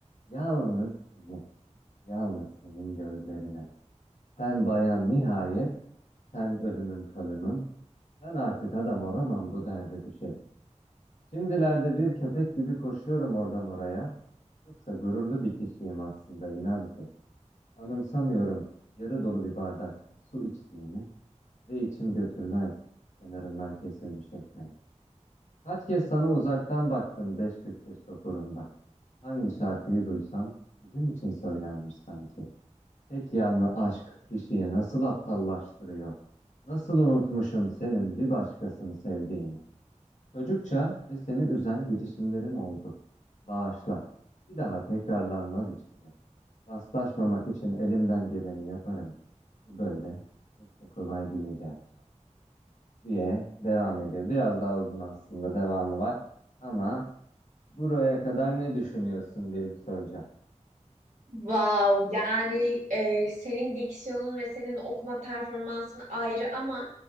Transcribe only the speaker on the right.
Wow, yani e, senin diksiyonun ve senin okuma performansın ayrı ama